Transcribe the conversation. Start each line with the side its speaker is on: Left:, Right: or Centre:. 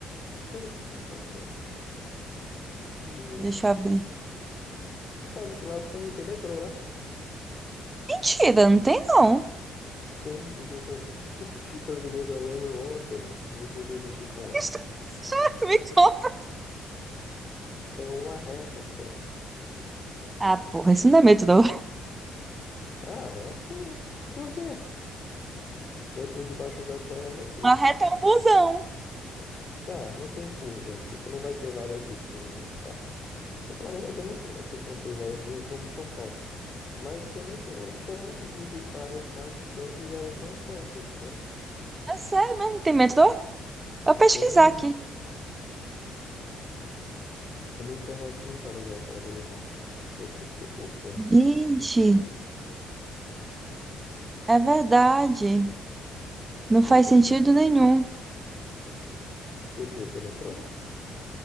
Left: tudo bem, pode ser. Tu,
Right: Deixa eu abrir.
Left: tu sabe que lá tem, tem metrô, né?
Right: Mentira, não tem não.
Left: Tem, fiquei sabendo. <laughs> Eu fiquei sabendo ontem, eu esqueci de te falar.
Right: Que estranho <laughs> Me conta.
Left: É uma reta só.
Right: Ah, porra, isso não é metrô.
Left: Ah, é assim. Por quê? Vai por debaixo da terra é metrô.
Right: Uma reta é um busão.
Left: Tá, não tem curva. Tipo, não vai ter várias linhas e tal. Pra falar a verdade, eu não sei, né? Se vão ter várias linhas como em São Paulo. Mas tem metrô, então liga áreas mais distantes e áreas mais perto. Então,
Right: É sério mesmo, não tem metrô? Vou pesquisar
Left: tem.
Right: aqui.
Left: A minha internet não tá legal para abrir o Maps. Vai ter que ser por conta.
Right: Gente, é verdade. Não
Left: Pois
Right: faz sentido
Left: é.
Right: nenhum.
Left: O quê? Tem metrô?